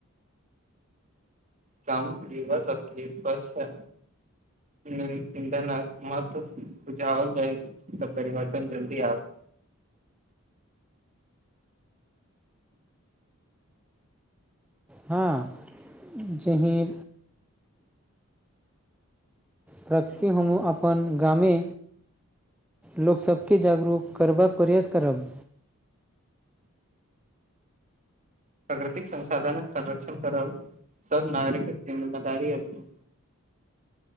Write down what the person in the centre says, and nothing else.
हँ जेहीं प्रकृति हमहूँ अपन गामे लोकसबके जागरूक करबाक प्रयास करब